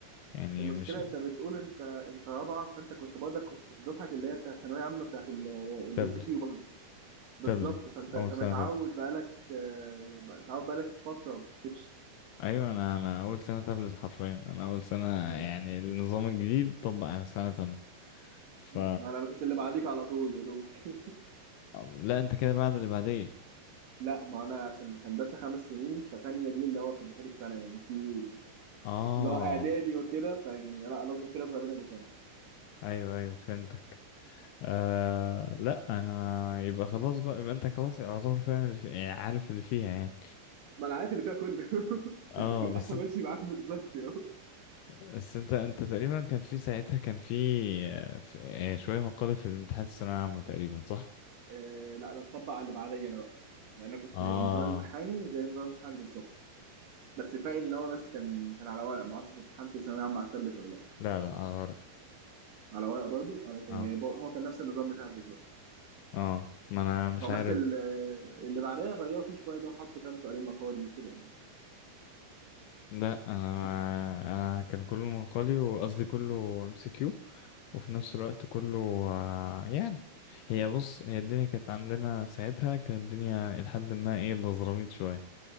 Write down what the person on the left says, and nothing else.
يعني
مش
تابلت
تابلت
أول
سنة
ايوه انا انا اول سنه تابلت حرفيا انا اول سنه
يعني النظام الجديد طبق على سنه انا ف
لا انت كده بعد اللي بعديه
اه
ايوه ايوه فهمتك آه لا انا يبقى خلاص بقى يبقى انت خلاص يعتبر فاهم اللي في... يعني عارف اللي فيها يعني
اه بس
انت
بس انت انت تقريبا كان في ساعتها كان في آه، في- آه، شويه مقالب في الامتحانات الثانويه العامه تقريبا صح
اه
لا لا أنا غلط.
اه
اه ما انا مش
عارف
لا انا
انا كان كله منقلي وقصدي كله ام سي كيو وفي نفس الوقت كله آه، يعني هي بص هي الدنيا كانت عندنا ساعتها كانت الدنيا لحد ما ايه بزراميط شويه